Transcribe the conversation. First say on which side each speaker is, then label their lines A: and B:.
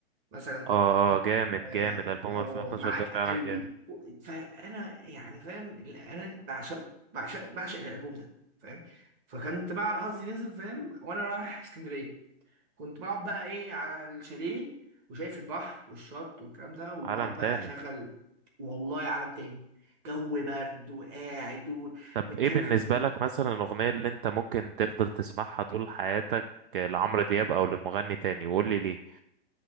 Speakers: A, on the right; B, on the right.
A: مثلا
B: اه آه، جامد
A: آه،
B: جامد ألبوم
A: أو
B: 2012
A: معاك
B: ده فعلا
A: قلبي
B: جامد
A: و- فانا يعني فاهم ال- انا بعشق بعشق بعشق الالبوم ده فاهم فكنت بقى على حظي نزل فاهم وانا رايح اسكندريه كنت بقعد بقى ايه على الشاليه وشايف البحر والشط والكلام ده واقعد
B: عالم تاني
A: بقى اشغل والله عالم تاني جو برد وقاعد
B: طب
A: ومتكلفت
B: ايه بالنسبة
A: بال...
B: لك مثلا الأغنية اللي انت ممكن تفضل تسمعها طول حياتك لعمرو دياب او لمغني تاني وقول لي ليه